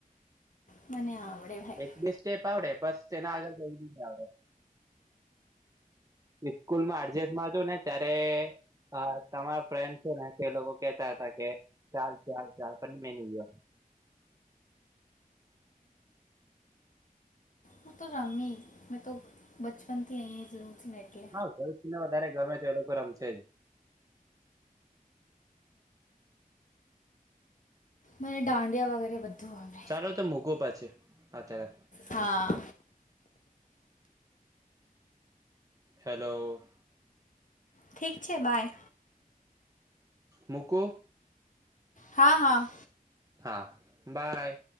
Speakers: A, on the left; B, on the right.
A: મને આવડે. ભાઈ
B: એક બેસ સ્ટેપ આવડે બસ તેને આગળ કઈ નહિ આવડે. ઈસ્કૂલ માં અરજત માં હતું ને ત્યારે હા તમારા ફ્રેન્ડ છે ને તે લોકો કેતા હતા કે ચાલ ચાલ ચાલ પણ મેની ગયો.
A: હું તો રંમી મેં તો બચપનથી આહી હ જરૂરથી લકે
B: આ ગલશ ને વધારે ગમે તો એ લોકો રમશે જ
A: મને દાંડિયા વગેરે બધું આવે
B: ચાલો તો મૂકો પાછે અત્યારે
A: હા.
B: હેલો.
A: ઠીક છે બાય.
B: મૂકુ.
A: હા. હા.
B: હા બાય.